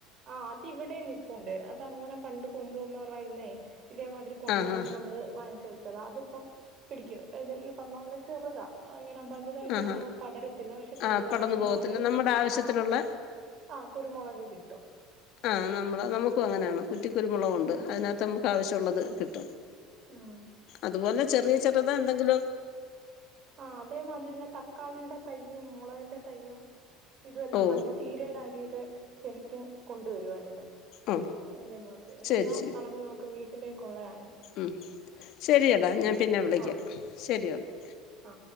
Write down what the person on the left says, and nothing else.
ആഹ്
ആഹ് ആഹ്
ആഹ് പടർന്നു
പോകത്തില്ല
നമ്മുടെ ആവശ്യത്തിനുള്ള
ആഹ് നമ്മള നമുക്കും അങ്ങനെയാണ് കുറ്റിക്കുരുമുളക് ഉണ്ട്
അതിനകത്ത് നമുക്ക് ആവശ്യമുള്ളത് കിട്ടും
അതുപോലെ ചെറിയ ചെറുതാ എന്തെങ്കിലോ
ഓ
ഓ
ശരി
ഉ ശരിയടാ ഞാൻ പിന്നെ വിളിക്കാം
ശരി ഓക്കെ